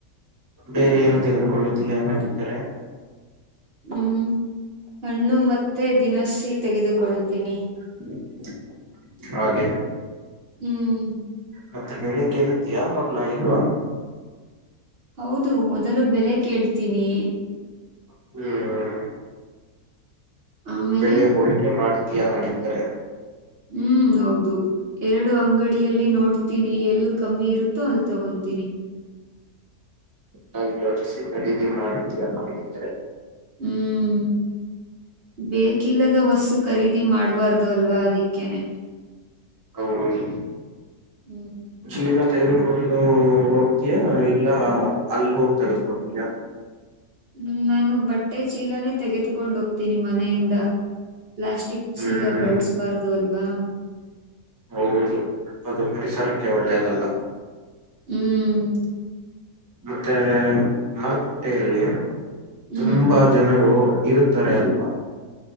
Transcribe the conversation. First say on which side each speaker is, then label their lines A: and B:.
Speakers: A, on the right; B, on the right.
A: ಬೇರೆ ಏನು ತೆಗೆದುಕೊಳ್ಳುತ್ತೀಯಾ ಹಾಗಿದ್ದರೆ.
B: ಹ್ಮ್ ಹಣ್ಣು ಮತ್ತೆ ದಿನಸಿ ತೆಗೆದುಕೊಳ್ತೀನಿ.
A: <inaudible> ಹಾಗೆ.
B: ಹ್ಮ್.
A: ಮತ್ತೆ ಬೆಲೆ ಕೇಳುತ್ತಿಯಾ ಅವ್ರ್ನ ಇಲ್ವಾ.
B: ಹೌದು ಮೊದಲು ಬೆಲೆ ಕೇಳ್ತೀನಿ.
A: ಹ್ಮ್.
B: ಆಮೇಲೆ
A: ಬೆಲೆ ಹೋಳಿಕೆ ಮಾಡ್ತೀಯಾ ಹಾಗಿದ್ದರೆ.
B: ಹ್ಮ್ ಹೌದು. ಎರಡು ಅಂಗಡಿಯಲ್ಲಿ ನೋಡ್ತೀನಿ ಎಲ್ಲ ಕಮ್ಮಿ ಇರುತ್ತೋ ಅಲ್ ತಗೊನತೀನಿ.
A: ನಾನ್ ಯೋಚಿಸಿ ಖರೀದಿ ಮಾಡ್ತೀಯ ಹಾಗಿದ್ರೆ.
B: ಹ್ಮ್. ಬೇಕಿಲ್ಲದ ವಸ್ತು ಖರೀದಿ ಮಾಡ್ಬಾರ್ದು ಅಲ್ವಾ ಅದಕ್ಕೇನೆ.
A: ಹೌದು.
B: ಹ್ಮ್
A: ಚಿಲಾ ತೆಗೆದುಕೊಂಡು ಹೋಗ್ತಯ ಇಲ್ಲ ಅಲ್ಲಿ ಹೋಗಿ ತೆಗೆದಕೊಡ್ತೀಯಾ.
B: ಹ್ಮ್ ನಾನು ಬಟ್ಟೆ ಚೀಲನೆ ತೆಗೆದಕೊಂಡ್ ಹೋಗ್ತೀನಿ ಮನೆಯಿಂದ. ಪ್ಲಾಸ್ಟಿಕ್ ಚೀಲ
A: ಹ್ಮ್
B: ಬಳ್ಸ್ಬಾರ್ದು ಅಲ್ವಾ.
A: ಹೌದು ಅದು ಪರಿಸರಕ್ಕೆ ಒಳ್ಳೇದಲ್ಲ.
B: ಹ್ಮ್. ಹ್ಮ್.
A: ಮತ್ತೆ ಮಾರುಕಟ್ಟೆಯಲ್ಲಿ
B: ಹ್ಮ್
A: ತುಂಬಾ ಜನರು ಇರುತ್ತಾರೆ ಅಲ್ವಾ.